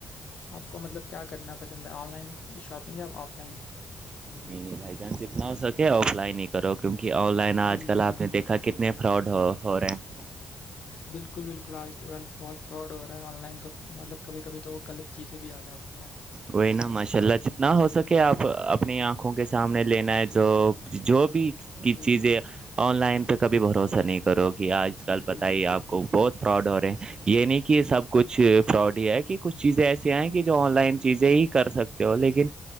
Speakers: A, on the left; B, on the right.
A: آپ کو مطلب کیا کرنا پسند ہے آن لائن شاپنگ یا آف لائن
B: نہیں نہیں بھائی جان جتنا ہو سکے آف لائن ہی کرو کیونکہ آن لائن آج
A: جی،
B: کل
A: جی، جی۔
B: آپ نے دیکھا کتنے فراڈ ہو ہو رہے ہیں
A: بالکل بالکل آج تو آل بہت فراڈ ہو رہا ہے آن لائن تو مطلب کبھی کبھی تو غلط چیزیں بھی آ جاتی ہیں
B: وہی نا ماشاء اللہ جتنا ہو سکے آپ اپنی آنکھوں کے سامنے لینا ہے جو جو بھی کی چیزیں
A: جی، جی، جی،
B: آن لائن پہ کبھی بھروسہ نہیں کرو گی آج کل بتائی
A: جی، جی،
B: آپ کو بہت پراؤڈ ہو رہ ہے یہ نہیں کہ سب کچھ فراڈ ہی ہے کہ کچھ چیزیں ایسسی ہیں کہ جو آن لائن چیزیں ہی کر سکتے ہو لیکن